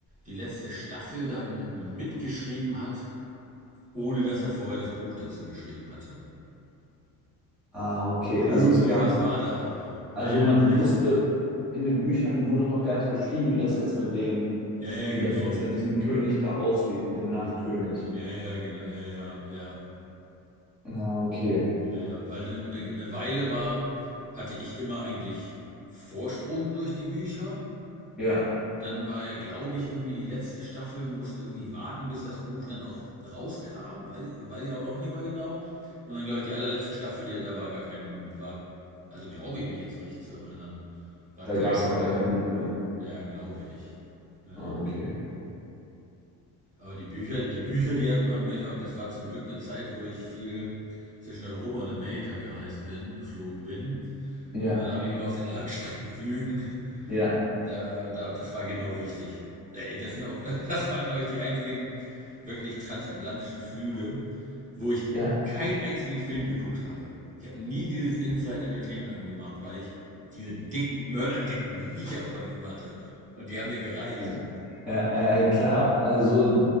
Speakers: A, on the right (about 20°); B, in the centre.
A: die letzte Staffel dann mitgeschrieben hat, ohne dass er vorher das Buch dazu geschrieben hatte.
B: Ah, okay.
A: Irgend
B: Also es gab,
A: sowas war da. Ja,
B: also
A: ja,
B: man
A: das heißt,
B: wusste, in den Büchern wurde noch gar nicht beschrieben, wie das jetzt mit den,
A: ja, ja,
B: wie
A: genau.
B: das jetzt mit diesem König da ausgeht, mit dem Nachtkönig.
A: Hm. Ja, ja, genau, ja, ja, ja,
B: Ah, okay.
A: ja, ja. Weil eine, eine, eine Weile war, hatte ich immer eigentlich Vorsprung durch die Bücher.
B: Ja,
A: Dann war ja, glaube ich, irgendwie die letzte Staffel, musste irgendwie warten, bis das Buch dann auch rauskam, weiß ich, weiß ich aber auch nicht mehr genau. Und dann, glaube ich, die allerletzte Staffel, die, da war gar kein, war, also glaube ich mich jetzt recht zu erinnern, war
B: da
A: kein
B: gab es auch
A: Buch.
B: gar kein Buch mehr.
A: Ja, glaube ich. Ja.
B: Ah, okay.
A: Aber die Bücher, die Bücher, die haben, haben mich, das war zum Glück eine Zeit, wo ich viel zwischen Europa und Amerika gereist bin, geflogen bin.
B: Ja,
A: Und dann habe ich immer auf den Langstreckenflügen,
B: ja,
A: da, da, das war genau richtig. Äh, Das sind auch, <laughs> das waren, glaube ich, die einzigen wirklich transatlantischen Flüge, wo ich
B: ja.
A: keinen einzigen Film geguckt habe. Ich habe nie dieses In-Flight Entertainment angemacht, weil ich diese dicken, mörderdicken Bücher von ihm hatte. Und die haben mir gereicht.
B: Ja, ja, ja, klar. Also,